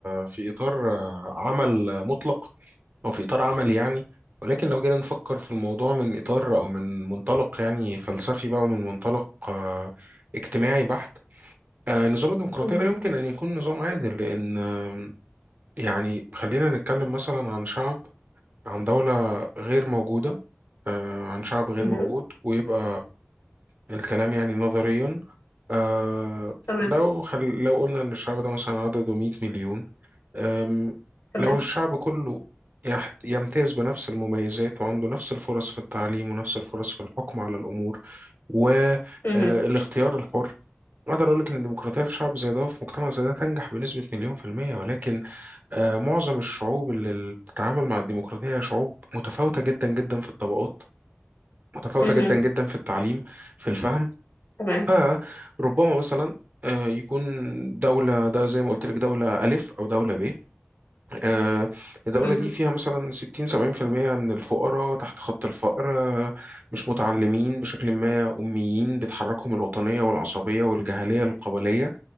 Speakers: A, on the right (about 45°); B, on the left (about 60°).
A: في إطار آه، عمل مطلق أو في إطار عملي يعني ولكن لو جينا نفكر في الموضوع من إطار أو من منطلق يعني فلسفي بقى ومن منطلق آه، اجتماعي بحت آه، نظام الديمقراطية
B: مهم.
A: لا يمكن أن يكون نظام عادل لأن آم، يعني خلينا نتكلم مثلا عن شعب عن دولة غير موجودة آه، عن شعب غير
B: مهم.
A: موجود ويبقى الكلام يعني نظريا آه
B: تمام
A: لو خل... لو قلنا ان الشعب ده مثلا عدده 100 مليون آم
B: تمام
A: لو الشعب كله يحت... يمتاز بنفس المميزات وعنده نفس الفرص في التعليم ونفس الفرص في الحكم على الامور والاختيار
B: مهم.
A: الحر اقدر اقول لك ان الديمقراطيه في شعب زي ده وفي مجتمع زي ده تنجح بنسبه مليون في الميه ولكن آه معظم الشعوب اللي بتتعامل مع الديمقراطيه هي شعوب متفاوته جدا جدا في الطبقات متفاوته
B: مهم.
A: جدا جدا في التعليم في الفهم
B: تمام
A: فربما مثلا آه، يكون دولة ده زي ما قلت لك دولة ألف أو دولة ب آه، الدولة
B: مهم.
A: دي فيها مثلا 60 70% من الفقراء تحت خط الفقر آه، مش متعلمين بشكل ما أميين بتحركهم الوطنية والعصبية والجهلية القبلية